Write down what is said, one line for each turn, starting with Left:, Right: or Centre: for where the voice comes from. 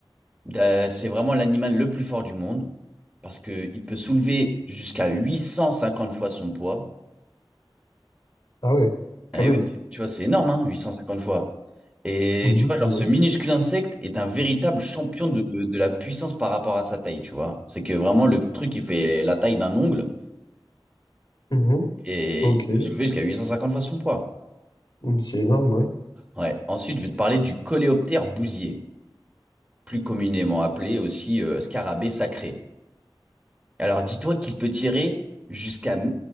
Right: d'a- c'est vraiment l'animal le plus fort du monde, parce qu'il peut soulever jusqu'à 850 fois son poids.
Left: Ah ouais, quand
Right: Eh
Left: même.
Right: oui, Tu vois, c'est énorme, hein, 850 fois. Et
Left: Mhm,
Right: tu vois, genre,
Left: bah
Right: ce
Left: oui.
Right: minuscule insecte est un véritable champion de, de- de la puissance par rapport à sa taille, tu vois. C'est que vraiment, le truc, il fait la taille d'un ongle
Left: Mhm,
Right: et
Left: Ok,
Right: il peut soulever jusqu'à 850 fois son poids.
Left: Mm, c'est énorme, ouais.
Right: Ouais. Ensuite, je vais te parler du coléoptère bousier, plus communément appelé aussi euh, scarabée sacré. Alors, dis-toi qu'il peut tirer jusqu'à